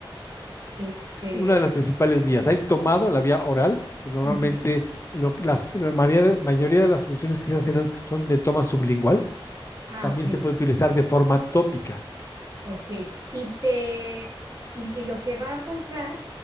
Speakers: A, on the right; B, on the left.
A: Este,
B: Es una de las principales vías. Hay tomado la vía oral, que normalmente
A: ujú.
B: lo- las- la mayoría de mayoría de las soluciones que se hacen son de toma sublingual
A: Ah,
B: también
A: ok,
B: se puede utilizar de forma tópica.
A: ok. Y te, y, y lo que va a pasar